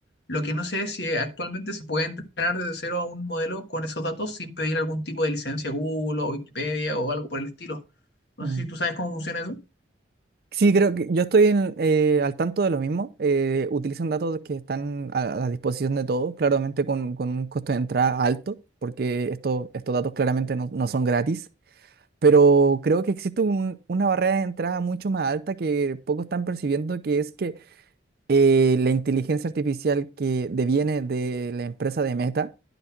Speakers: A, on the left (about 60°); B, on the right (about 55°).
A: Lo que no sé es si actualmente se puede entrenar desde cero a un modelo con esos datos sin pedir algún tipo de licencia a Google o Wikipedia o algo por el estilo. No
B: Mm.
A: sé si tú sabes cómo funciona eso.
B: Sí, creo que yo estoy en- eh, al tanto de lo mismo. Eh, utilizan datos que están a, a la disposición de todos, claramente con, con un costo de entrada alto, porque estos estos datos claramente no, no son gratis. Pero creo que existe un- una barrera de entrada mucho más alta que pocos están percibiendo, que es que eh, la inteligencia artificial que deviene de la empresa de Meta